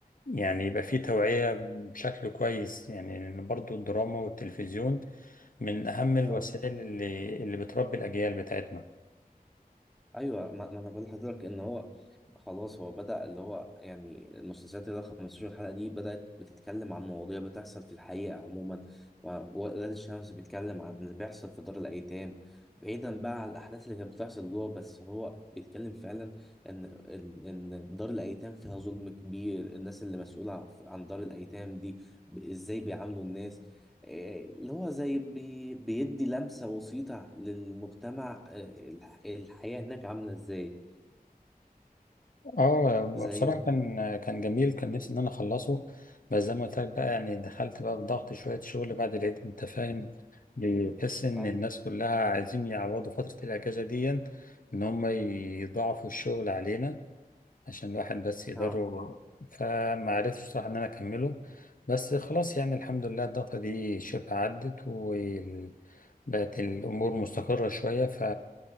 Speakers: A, on the left; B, in the centre.
A: يعني يبقى في توعية بشكل كويس يعني لأن برضو الدراما والتلفزيون من أهم الوسائل
B: اه
A: اللي اللي بتربي الأجيال بتاعتنا
B: ايوه ما ما انا بقول لحضرتك ان هو خلاص هو بدأ اللي هو يعني المسلسلات اللي هو 15 حلقة دي بدأت بتتكلم عن مواضيع بتحصل في الحقيقة عموما و- وولاد الشمس بيتكلم عن اللي بيحصل في دار الأيتام بعيدا بقى عن الأحداث اللي كانت بتحصل جوه بس هو بيتكلم فعلا إن إن إن دار الأيتام فيها ظلم كبير الناس اللي مسؤولة عن دار الأيتام دي ب- إزاي بيعاملوا الناس آه، اللي هو زي بي بيدي لمسة بسيطة للمجتمع آه، الح- الحياة هناك عاملة ازاي
A: اه
B: زي
A: بصراحة كان كان جميل كان نفسي إن أنا أخلصه بس زي ما قلت لك بقى يعني دخلت بقى في ضغط شوية شغل بعد العيد أنت فاهم بتحس إن
B: ايوه
A: الناس كلها عايزين يعوضوا فترة الأجازة دي إن هم يضاعفوا الشغل علينا عشان الواحد بس يقدره
B: اه
A: فما عرفتش صراحة ان انا اكمله بس خلاص يعني الحمد لله الضغطة دي شبه عدت وبقت الامور مستقرة شوية ف...